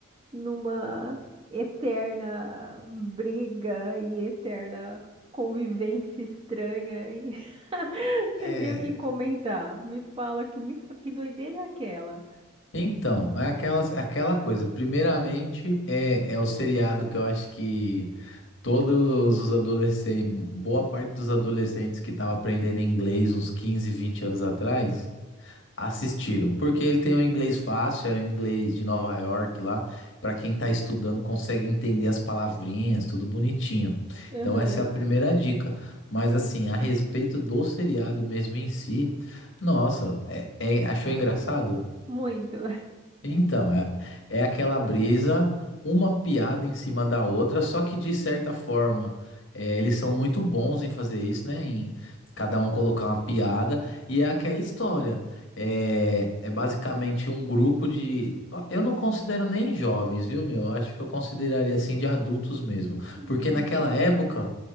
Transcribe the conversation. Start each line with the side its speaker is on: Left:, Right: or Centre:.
Right: numa eterna briga e eterna convivência estranha e <laughs>
Left: É.
Right: sei nem o que comentar. Me fala que, me, fa- que doideira é aquela?
Left: Então, é aquela, é aquela coisa. Primeiramente, é, é o seriado que eu acho que todos os adolescentes, boa parte dos adolescentes que estavam aprendendo inglês uns 15, 20 anos atrás, Assistiram, porque ele tem um inglês fácil, é o inglês de Nova York lá. Pra quem tá estudando, consegue entender as palavrinhas, tudo bonitinho. Então,
Right: Aham,
Left: essa é a primeira dica. Mas, assim, a respeito do seriado mesmo em si, nossa, é, é- achou engraçado?
Right: muito.
Left: Então, é, é aquela brisa, uma piada em cima da outra, só que de certa forma, é, eles são muito bons em fazer isso, né? Em cada um colocar uma piada, e é aquela história. É, é basicamente um grupo de. ó, Eu não considero nem jovens, viu, meu? Eu acho que eu consideraria assim de adultos mesmo.
Right: <laughs>
Left: Porque naquela época,